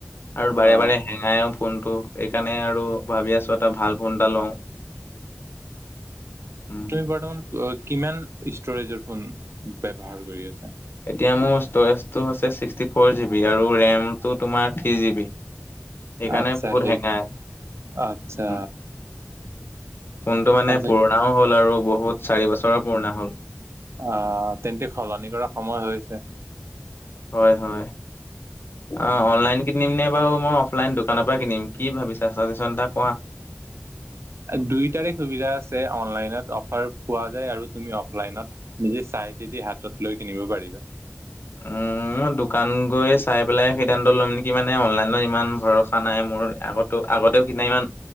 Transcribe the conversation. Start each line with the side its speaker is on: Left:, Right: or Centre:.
Left: আৰু বাৰে
Right: অ'।
Left: বাৰে হেঙাইও ফোনটো, সেইকাৰণে আৰু ভাবি আছোঁ এটা ভাল ফোন এটা লওঁ।
Right: <inaudible>
Left: উম,
Right: তুমি বৰ্তমান অ' কিমান ষ্টৰেজৰ ফোন ব্যৱহাৰ কৰি আছা?
Left: এতিয়া মোৰ ষ্টৰেজটো হৈছে ছিক্সটি ফ'ৰ জি বি আৰু ৰেমটো তোমাৰ থ্ৰী জি বি। সেইকাৰণে
Right: আচ্ছা
Left: বহুত
Right: সেই
Left: হেঙাই,
Right: আচ্ছা
Left: উম। ফোনটো মানে
Right: আচ্ছা
Left: পুৰণাও হ'ল আৰু বহুত চাৰি বছৰ পুৰণা হ'ল।
Right: অ' তেন্তে সলনি কৰা সময় হৈছে।
Left: হয়, হয়,
Right: উম,
Left: অ' অনলাইন কিনিম নে বাৰু মই অফলাইন দোকানৰ পৰা কিনিম? কি ভাবিছা চলিউচন এটা কোৱা?
Right: দুইটাৰে সুবিধা আছে অনলাইনত অফাৰ পোৱা যায় আৰু তুমি অফলাইনত নিজে চাই চিতি হাতত লৈ কিনিব পাৰিবা। <inaudible>
Left: উম, মই দোকান গৈ চাই পেলাই সিদ্ধান্ত ল'ম নেকি মানে অনলাইনত ইমান ভৰসা নাই মোৰ আগত ত' আগতেও কিনা ইমান